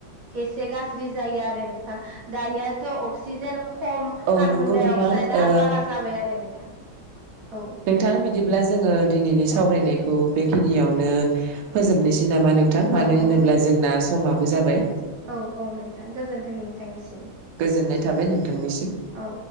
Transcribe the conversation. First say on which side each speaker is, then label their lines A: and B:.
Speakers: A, on the right (about 60°); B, on the right (about 80°).
A: एसे गाज्रि जायो आरो नोंथां दानियाथ' अक्सिजेन खम
B: औ
A: कार्बन
B: नंगौ
A: डाइ
B: नोंथां
A: अक्साइदा
B: ओ
A: बारा जाबाय आरो नोंथां औ
B: नोंथां बिदिब्ला जोङो दिनैनि सावरायनायखौ
A: औ
B: बेखिनियावनो फोजोबनोसै नामा नोंथां
A: औ
B: मानो होनोब्ला
A: औ
B: जोंना समाबो जाबाय
A: औ औ नोंथां गोजोन्थों नोंथांनिसिम
B: गोजोननाय थाबाय नोंथांनिसिम
A: औ